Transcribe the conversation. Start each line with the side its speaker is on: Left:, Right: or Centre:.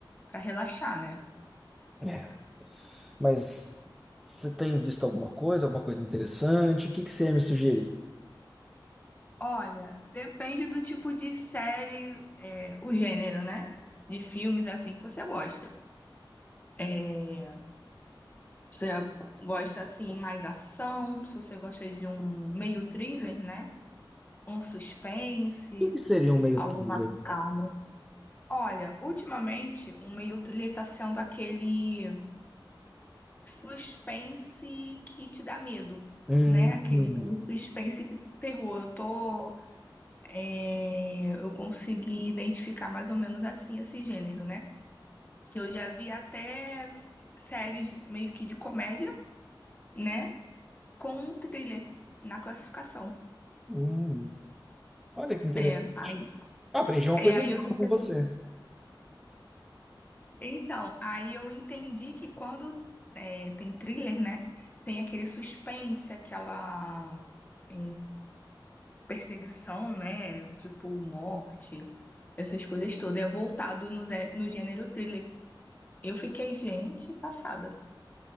Left: pra relaxar, né?
Centre: É, mas você tem visto alguma coisa, alguma coisa interessante? O que que você ia me sugerir? O
Left: Olha, depende do tipo de série, é, o gênero, né? De filmes assim que você gosta. É, você gosta assim mais ação? Se você gosta de um meio thriller, né? Um suspense,
Centre: que que seria um meio
Left: algo
Centre: trilha?
Left: mais calmo. Olha, ultimamente o meio thriller tá sendo aquele suspense que te dá medo,
Centre: Hum,
Left: né? Aquele
Centre: hum,
Left: meio suspense que terror. Eu tô, é, eu consegui identificar mais ou menos assim esse gênero, né? Eu já vi até séries meio que de comédia né? com thriller na classificação.
Centre: hum. Olha que interessante.
Left: É, aí,
Centre: Ah, aprendi uma
Left: é,
Centre: coisa
Left: aí
Centre: nova
Left: eu entendi.
Centre: com você.
Left: Então, aí eu entendi que quando é, tem thriller, né? Tem aquele suspense, aquela é, perseguição, né? Tipo, morte, essas coisas todas. É voltado no, zé- no gênero thriller. Eu fiquei, gente, passada.